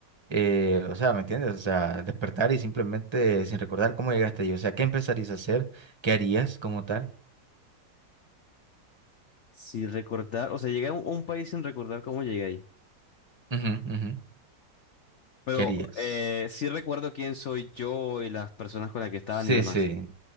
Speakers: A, on the right (about 20°); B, on the left (about 65°).
A: Eh, o sea, ¿me entiendes? O sea, despertar y simplemente sin recordar cómo llegaste ahí. O sea, ¿qué empezarías a hacer? ¿Qué harías como tal?
B: Si recordar, o sea, llegué a un, un país sin recordar cómo llegué ahí.
A: Ujú, ujú.
B: Pero
A: ¿Qué harías?
B: eh, sí recuerdo quién soy yo y las personas con las que estaban
A: Sí,
B: y demás.
A: sí.